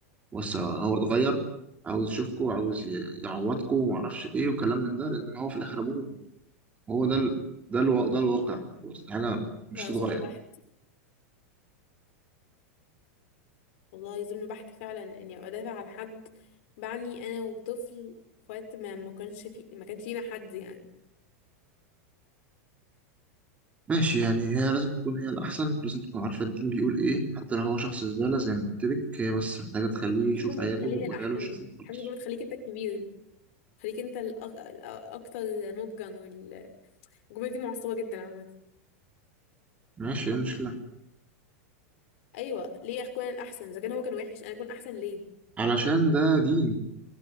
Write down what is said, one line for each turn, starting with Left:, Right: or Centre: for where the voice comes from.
Right: بص هو اتغير عاوز يشوفكم وعاوز ي- يعوضكم ومعرفش ايه وكلام من ده لان هو في الاخر ابوه هو ده ال... ده الو... ده الواقع خلاص دي حاجه مش
Left: ده
Right: تتغير
Left: ظلم بحت والله ظلم بحت فعلا إني أبقى دافع عن حد بعني أنا وطفل في وقت ما ما كانش في ما كانش لينا حد يعني
Right: ماشي يعني هي لازم تكون هي الاحسن لازم تكون عارفه الدين بيقول ايه حتى لو هو شخص زباله زي ما قلت لك هي بس محتاجه تخليه
Left: مش
Right: يشوف
Left: جملة
Right: عياله
Left: تخليها الأحسن
Right: وعياله يشوفوه
Left: دي ما
Right: خلاص
Left: بحبش جملة تخليك أنت الكبير خليك أنت الأك- الأكتر نضجا والجملة دي معصبة جدا عامة
Right: ماشي ايه المشكله
Left: أيوه ليه أكون الأحسن إذا كان هو كان وحش أنا أكون أحسن ليه
Right: علشان ده دين